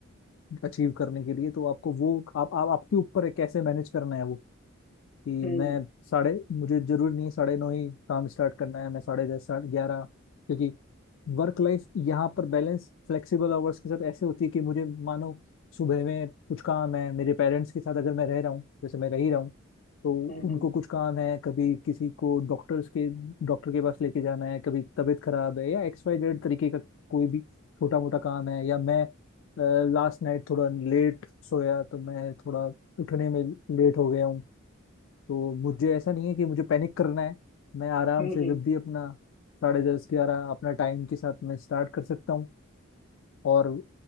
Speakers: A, on the left; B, on the left.
A: अचीव करने के लिए तो आपको वो आप, आप आपके ऊपर है कैसे मैनेज करना है वो। कि
B: हम्म
A: मैं साढ़े मुझे जरूरी नहीं साढ़े नौ ही काम स्टार्ट करना है मैं साढ़े दस साढ़े ग्यारह क्योंकि वर्क लाइफ यहाँ पर बैलेंस फ्लेक्सिबल आवर्स के साथ ऐसे होती है कि मुझे मानो सुबह में कुछ काम है मेरे पेरेंट्स के साथ अगर मैं रह रहा हूँ जैसे मैं रह ही रहा हूँ तो
B: हम्म
A: उनको
B: हम्म
A: कुछ काम है कभी किसी को डॉक्टर्स के डॉक्टर के पास लेके जाना है कभी तबीयत खराब है या एक्स वाई जेड तरीके का कोई भी छोटा मोटा काम है या मैं लास्ट नाइट थोड़ा लेट सोया तो मैं थोड़ा उठने में लेट हो गया हूँ तो मुझे ऐसा नहीं है कि मुझे पैनिक करना है मैं आराम
B: हम्म
A: से
B: हम्म
A: जब भी अपना साढ़े दस ग्यारह अपना टाइम के साथ मैं स्टार्ट कर सकता हूँ और